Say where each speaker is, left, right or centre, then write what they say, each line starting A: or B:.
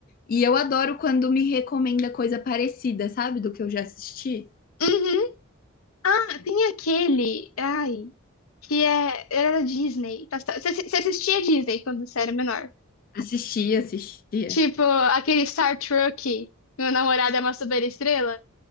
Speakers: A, on the left; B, on the left.
A: E eu adoro quando me recomenda coisa parecida, sabe? Do que eu já assisti.
B: Uhum. Ah, tem aquele. Ai, que é. Era da Disney. Passa- Você você assistia Disney quando você era menor?
A: Assistia, assistia.
B: Tipo, aquele Star Trek. Meu namorado é uma superestrela.